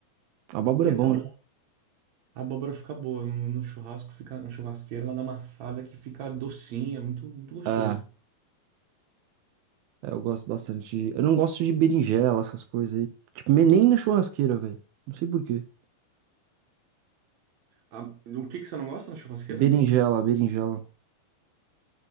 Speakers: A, on the right (about 85°); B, on the right (about 60°).
A: Abóbora
B: Tem
A: é bom,
B: até um...
A: né?
B: A abóbora fica boa no, no churrasco, fica na churrasqueira, ela dá amassada que fica docinha, muito, muito gostoso.
A: Ah, é, eu gosto bastante. de- Eu não gosto de berinjela, essas coisas aí. Tipo, me- nem na churrasqueira, velho. Não sei por quê.
B: Ah, o que que você não gosta na churrasqueira?
A: Berinjela, berinjela.